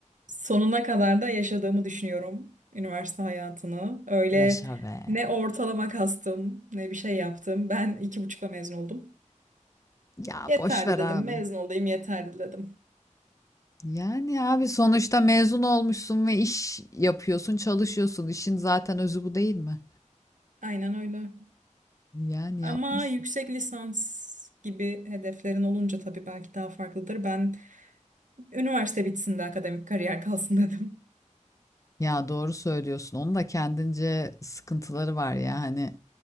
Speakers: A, on the right (about 75°); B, on the left (about 25°).
A: Sonuna kadar da yaşadığımı düşünüyorum üniversite hayatını. Öyle
B: yaşa be.
A: ne ortalama kastım, ne bir şey yaptım. Ben iki buçukla mezun oldum.
B: Ya
A: Yeterli
B: boş ver
A: dedim,
B: abi.
A: mezun olayım yeterli dedim.
B: Yani abi sonuçta mezun olmuşsun ve iş yapıyorsun, çalışıyorsun. İşin zaten özü bu değil mi?
A: Aynen öyle.
B: Yani yapmış.
A: Ama yüksek lisans gibi hedeflerin olunca tabii belki daha farklıdır. Ben üniversite bitsin de akademik kariyer <laughs> kalsın dedim.
B: Ya doğru söylüyorsun. Onun da kendince sıkıntıları var ya hani.